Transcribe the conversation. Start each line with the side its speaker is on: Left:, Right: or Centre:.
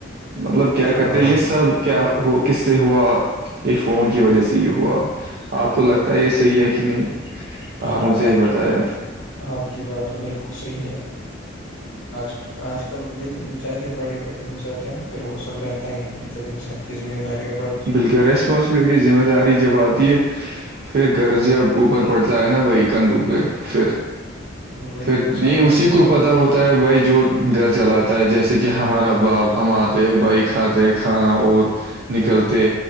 Right: مطلب کیا
Left: ہاں
Right: کرتے ہیں
Left: وہ
Right: یہ سب کیا ہو کس سے ہوا یہ فون کی وجہ سے یہ ہوا آپ کو لگتا ہے یہ صحیح ہے کہ نہیں آپ
Left: ہاں
Right: مجھے یہ
Left: کی
Right: بتائے
Left: بات آپ کی بات تو بالکل صحیح ہے آج آج کل لیکن جیسے بڑے بڑے ہو جاتے ہیں نا پھر وہ سب رہتا ہی نہیں ہے جب انسان زمہ دارییا
Right: بالکل ریسپانسبلٹی ذمہ داری جب آتی ہے پھر گھر جب اوپر پڑتا ہے نا بھائی کندو پہ پھر
Left: وہی
Right: پھر
Left: انسان
Right: یہ اسی
Left: پھر
Right: کو
Left: سب
Right: پتا ہوتا ہوتا ہے بھائی جو گھر چلاتا ہے جیسے کہ ہمارا باپ ہم آتے ہیں بھائی کھاتے ہیں کھانا اور نکلتے